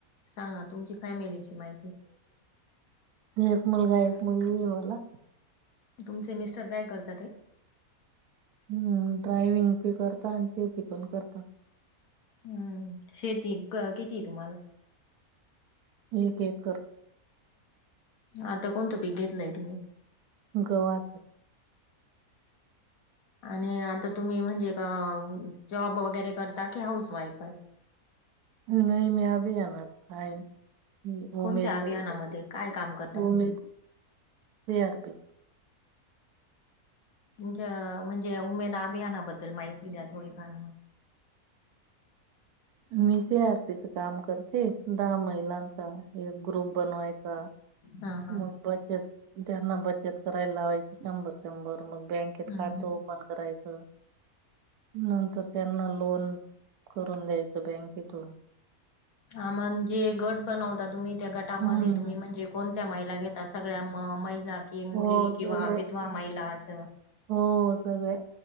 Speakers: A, on the left (about 70°); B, on the right (about 85°).
A: सांगा तुमची फॅमिलीची माहिती.
B: एक मुलगा एक मुलगी आहे मला.
A: तुमचे मिस्टर काय करता ताई.
B: हम्म, ड्रायविंग पी करता आणि शेती पण करतात.
A: हम्म. शेती किती आहे तुम्हाला?
B: एक एकर.
A: आता कोणतं पीक घेतलंय तुम्ही?
B: गव्हाच.
A: आणि आता तुम्ही म्हणजे ग-जॉब वगैरे करता की हाऊस वाईफ आहे.
B: नाही मी अभी आणाथ हाय. हम्
A: कोणत्या
B: उमेद
A: अभियानामध्ये
B: मध्ये
A: काय काम करता
B: उमेद
A: तुम्ही?
B: ते अर पी
A: तुमच्या म्हणजे उमेद अभियानाबद्दल माहिती द्या थोडीफार
B: मी सी आर पी च काम करते दहा महिलांच. एक ग्रुप बनवायचा
A: हा हा.
B: मग बचत त्यांना बचत करायला लावायची शंभर शंभर मग बँक केत
A: हम्म
B: खात
A: हम्म
B: ओप -पण करायच नंतर त्यांना लोन करून द्यायच. बँकेतून
A: हा म्हणजे गट बनवता, तुम्ही त्या गटामध्ये
B: हम्म हम्म.
A: तुम्ही म्हणजे कोणत्या महिला घेतासगळ्या महिलाच. कि मुली
B: हो
A: किंवा
B: सगळे
A: विधवा महिला आशा.
B: हो सगळे